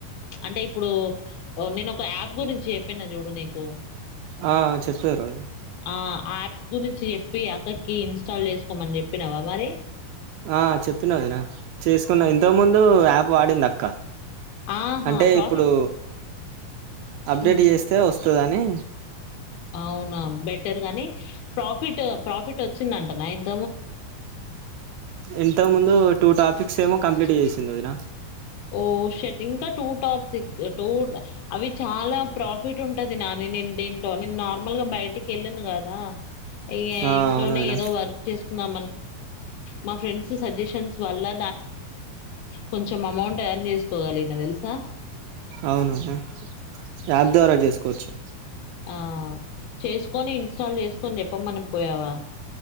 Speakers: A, on the left (about 80°); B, on the right (about 80°).
A: అంటే ఇప్పుడు నేను ఒక యాప్ గురించి చెప్పిన చూడు నీకు
B: ఆ చెప్పరు వదిన
A: ఆ! ఆ యాప్ గురించి చెప్పి అక్కకి ఇన్స్టాల్ చేసుకోమని చెప్పినవ మరి
B: ఆ చెప్పిన వదిన చేసుకున్నది ఇంత ముందు యాప్ వాడింది అక్క
A: ఆహా!
B: అంటే
A: ప్రాఫిట్
B: ఇప్పుడు అప్డేట్
A: హ్మ్.
B: చేస్తే వస్ వస్తుదని
A: అవునా బెటర్ గాని ప్రాఫిట్ ప్రాఫిట్ వచ్చిందంట నైన్త్
B: ఇంత ముందు టూ టాపిక్స్ ఏమో కంప్లీట్ చేసింది వదిన
A: ఓ షట్ ఇంకా టూ టాప్క్ టూ అవి చాలా ప్రాఫిట్ ఉంటది నాని నేను దీంట్లో నేను నార్మల్ గా బయటికి వెళ్ళాను కదా ఈ
B: ఆ
A: ఇంట్లోనే
B: అవును వదిన
A: ఏదో వర్క్ చేసు మా ఫ్రెండ్స్ సజెషన్స్ వల కొంచెం అమౌంట్ పని చేసుకోగలి నా తెలుసా
B: అవునద యాప్ ద్వారా చేసుకోవచ్చు
A: ఆ చేసుకొని ఇన్స్టాల్ చేసుకొని చెప్పమని పోయావా